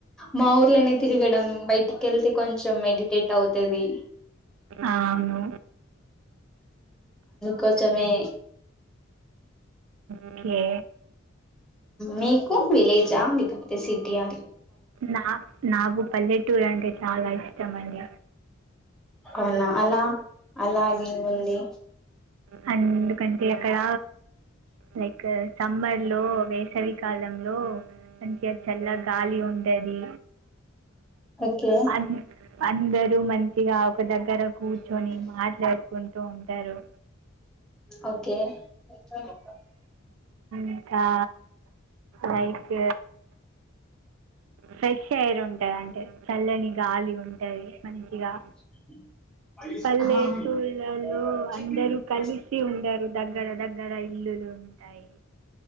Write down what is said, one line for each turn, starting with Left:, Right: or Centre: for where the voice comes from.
Centre: మా ఊర్లోనే తిరగడం బయటికి వెళ్తే కొంచం మెడిటేట్ అవుతుది
Right: ఆ అవును
Centre: కొంచమే
Right: ఓకే
Centre: మీకు విలేజ్ అ లేకపోతే సిటీ అ
Right: నా నాకు పల్లెటూరు అండి చాలా ఇష్టమండి
Centre: ఔనా అలా అలాగే ఉంది
Right: ఆ ఎందుకంటే అక్కడ లైక్ సమ్మర్ లో వేసవి కాలంలో మంచిగా చల్ల గాలి ఉంటది
Centre: ఓకే
Right: ఆ అందరూ మంచిగా ఒక దగ్గర కూర్చొని మాట్లాడుకుంటూ ఉంటారు
Centre: ఓకే <inaudible> <unintelligible>
Right: ఇంకా లైక్ ఫ్రెష్ ఎయిర్ ఉంటాదంటే చల్లని గాలి ఉంటది మంచిగా
Centre: ఆ
Right: పల్లెటూళ్ళలో అందరూ కలిసి ఉండరు దగ్గర దగ్గర ఇల్లులు ఉంటాయి